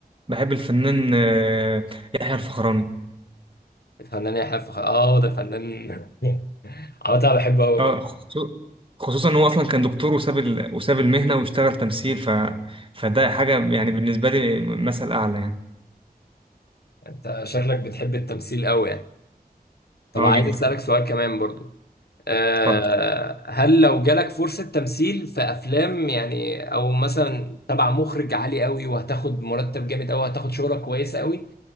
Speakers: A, on the right; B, on the left.
A: بحب الفنان آه، يحيى الفخراني
B: الفنان يحيى الفخري اه ده فنان <laughs> عامة انا بحبه قوي
A: اه
B: برضه
A: خصو- خصوصا إن هو أصلا كان دكتور وساب ال... وساب المهنة واشتغل تمثيل ف... فده حاجة يعني بالنسبة لي مثل أعلى يعني
B: انت شكلك بتحب التمثيل قوي يعني طب
A: اه
B: عايز
A: جدا
B: اسالك سؤال كمان برضه آه،
A: اتفضل
B: هل لو جالك فرصة تمثيل في أفلام يعني أو مثلا تبع مخرج عالي قوي وهتاخد مرتب جامد أوي هتاخد شهرة كويسة قوي